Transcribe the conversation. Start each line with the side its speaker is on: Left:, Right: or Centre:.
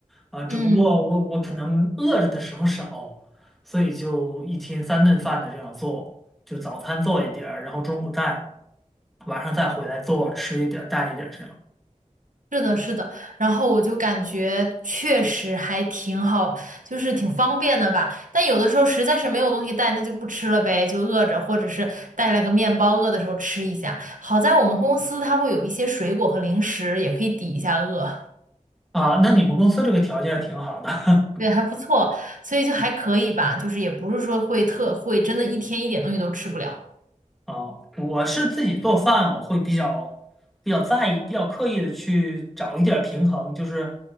Centre: 啊，只不过我我可能饿着的时候少，
Right: 嗯。
Centre: 所以就一天三顿饭的这样做，就早餐做一点儿，然后中午带，晚上再回来做，吃一点儿带一点儿这样
Right: 是的，是的，然后我就感觉确实还挺好，就是挺方便的吧。但有的时候实在是没有东西带，那就不吃了呗，就饿着，或者是带了个面包，饿的时候吃一下。好在我们公司它会有一些水果和零食，也可以抵一下饿，
Centre: 啊。那你们公司这个条件挺好的，<laughs>
Right: 对，还不错，所以就还可以吧，就是也不是说会特会真的一天一点东西都吃不了，
Centre: 啊，我是自己做饭，我会比较比较在意，比较刻意的去找一点儿平衡，就是，